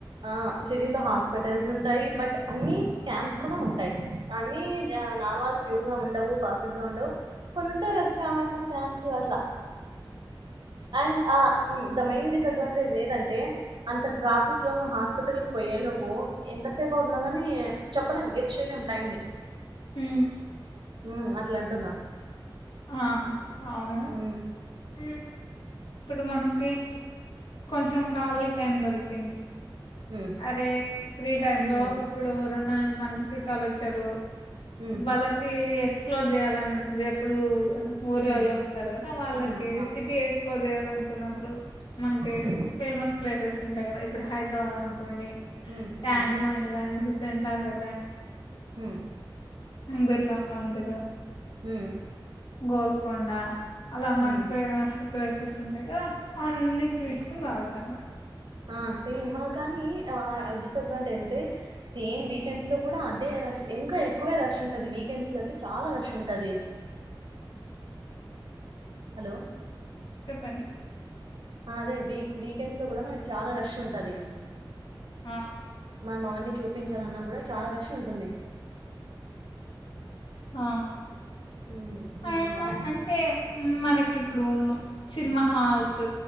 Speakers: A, on the right; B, on the left.
A: ఆ సిటీలో హాస్పిటల్స్ ఉంటాయి బట్ అన్ని క్యాంప్స్ కూడా ఉంటాయి అన్ని నార్మల్ ప్యూర్ గా ఉండవు పర్ఫెక్ట్ గా ఉండవు కొన్ని ఉంటాయి స్కామర్స్ స్కామ్స్ అట్లా అండ్ ఆ ద మెయిన్ డిసడ్వాంటేజ్ ఏదంటే అంత ట్రాఫిక్ లోన హాస్పిటల్ పోయే లోపు ఎంత ఎంతసేపు అవుతుంద గాని చెప్పలేం గెస్ట్ చేయలేము టైమ్ ని
B: హ
A: ఉ అట్లాంటున్నా
B: ఆ అవును
A: ఉ
B: ఉమ్ ఇప్పుడు మనకి కొంచెం ఖాళీ టైం దొరకుంది
A: ఉమ్
B: అరే ఫ్రీ టైమ్ లో
A: ఉమ్
B: ఇప్పుడు ర మన చుట్టలో వచ్చారు
A: ఉమ్ ఉమ్
B: వాళ్ళకి ఎక్స్ప్లోర్ చేయాలని ఉంటుంది ఇప్పుడు ఊర్లలో
A: ఉమ్ ఉమ్
B: ఉంటారు కదా వాళ్ళకి
A: ఉమ్ ఆ
B: సిటీ ఎక్స్ప్లోర్ చేయాల అనుకున్నప్పుడు మనకి
A: ఉమ్
B: ఫేమస్ ప్లేసెస్ ఉంటాయి కదా ఇప్పుడు హైదరాబాద్
A: ఉమ్
B: అనుకోండి
A: ఉమ్
B: ట్యాంక్
A: ఉమ్
B: బండ్ గానీ హుస్సేన్ సాగర్ గాని
A: హ
B: బిర్లామందరు
A: హ
B: గోల్కొండ అలా మకు
A: హ్మ్
B: మస్తు ప్లేసెస్ ఉంటాయి కదా అవన్నీ చూసుకుని రావచ్చు అనమాట
A: ఆ సీమా కానీ ఆ డిసడ్వాంటేజ్ అంటే సేమ్ వీకెండ్స్ లో కూడా అదే రష్ ఇంకా ఎక్కువే రష ఉంటది వీకెండ్స్ లో అయితే చాలా రష్ ఉంటది హలో
B: చెప్పండి
A: అదే వ వీకెండ్స్ లో కూడా మనకి చాలా రష్ ఉంటది
B: ఆ
A: మనం అవన్నీ చూపించాలిన్నా కూడా చాలా రష్ ఉంటుంది
B: ఆ
A: హ్మ్ హ్మ్
B: అ
A: మన
B: అంటే మనకి ఇప్పుడు సినిమా హాల్స్